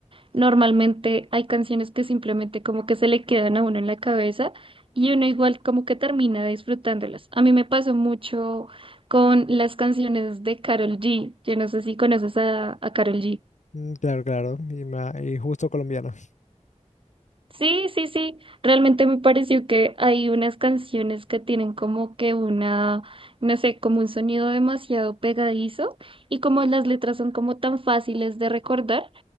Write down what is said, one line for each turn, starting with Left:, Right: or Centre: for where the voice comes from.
Right: normalmente hay canciones que simplemente como que se le quedan a uno en la cabeza y uno igual como que termina disfrutándolas. A mí me pasó mucho con las canciones de Karol G. Yo no sé si conoces a, a Karol G.
Left: Mm, claro, claro. Y, ma- y justo colombiano.
Right: Sí, sí, sí. Realmente me pareció que hay unas canciones que tienen como que una, no sé, como un sonido demasiado pegadizo y como las letras son como tan fáciles de recordar,